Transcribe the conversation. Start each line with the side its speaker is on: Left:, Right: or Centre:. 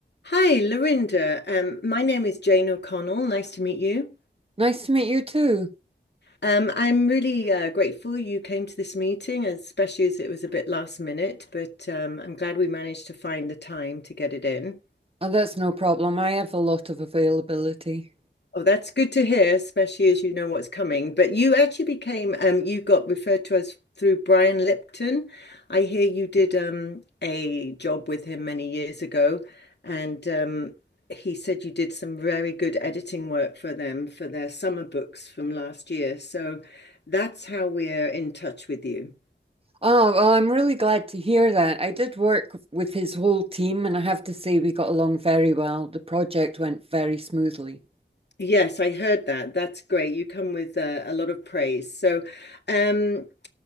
Left: Hi, Lorinda. Um, my name is Jane O'Connell. Nice to meet you.
Right: Nice to meet you too.
Left: Um, I'm really uh, grateful you came to this meeting, especially as it was a bit last minute, but um, I'm glad we managed to find the time to get it in.
Right: Oh, that's no problem. I have a lot of availability.
Left: Oh, that's good to hear, especially as you know what's coming. But you actually became, um, you got referred to us through Brian Lipton. I hear you did um, a job with him many years ago, and um, he said you did some very good editing work for them for their summer books from last year. So that's how we're in touch with you.
Right: Oh, well, I'm really glad to hear that. I did work with his whole team, and I have to say we got along very well. The project went very smoothly.
Left: Yes, I heard that. That's great. You come with uh, a lot of praise. So, um,